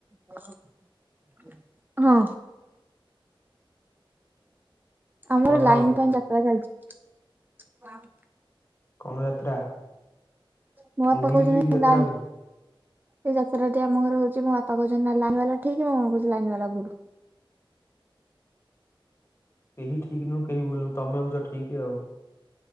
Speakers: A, on the right (about 20°); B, on the left (about 30°).
A: <unintelligible> ହଁ। ଆମର
B: କଣ
A: ଲାଇନ୍
B: ହଁ
A: ପାଇଁ ଯାତ୍ରା ଚାଲିଚି।
B: କଣ ଯାତ୍ରା?
A: ମୋ ବାପା
B: ମୁଁ ବୁଲିଯିବି
A: କହୁଛନ୍ତି
B: କି ଯାତ୍ରାକୁ?
A: ଲାଇନ ଏଇ ଯାତ୍ରାଟି ଆମ ଘର ହଉଚି, ମୋ ବାପା କହୁଛନ୍ତି ନାଇ ଲାଇନ୍ ବାଲା ଠିକ, ମୁଁ କହୁଚି ଲାଇନ୍ ବାଲା ଭୁଲ୍।
B: କେହି ଠିକ୍ ନୁହଁ, କେହି ଭୁଲ୍ ନୁହଁ, ତମେ ହଉଚ ଠିକ୍ ଆଉ?